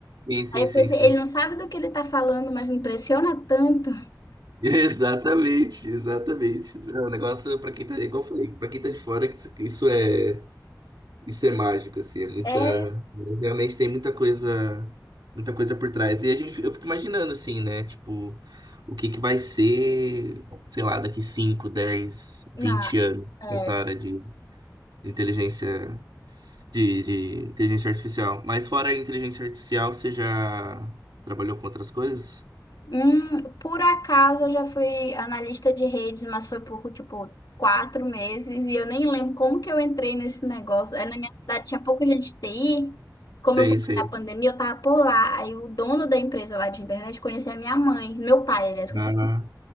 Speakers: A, on the right; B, on the left.
A: Sim, sim,
B: Aí eu
A: sim,
B: pensei,
A: sim.
B: ele não sabe do que ele tá falando, mas me impressiona tanto.
A: <laughs> Exatamente, exatamente. É um negócio, para quem tá, igual eu falei, para quem tá de fora, isso isso é. Isso é mágico, assim, é muita.
B: É,
A: Realmente tem muita coisa, muita coisa por trás. E a gente, eu fico imaginando, assim, né? Tipo, o que que vai ser, sei lá, daqui cinco dez vinte
B: na,
A: anos
B: é.
A: nessa área de, de inteligência, de, de inteligência artificial. Mas fora a inteligência artificial, você já trabalhou com outras coisas?
B: Hum, por acaso eu já fui analista de redes, mas foi por, tipo, quatro meses e eu nem lembro como que eu entrei nesse negócio. É, na minha cidade tinha pouca gente de TI, como
A: Sei,
B: eu fui
A: sei.
B: na pandemia, eu tava por lá. Aí o dono da empresa lá de internet conhecia a minha mãe, meu pai, aliás, conhecia
A: Ah,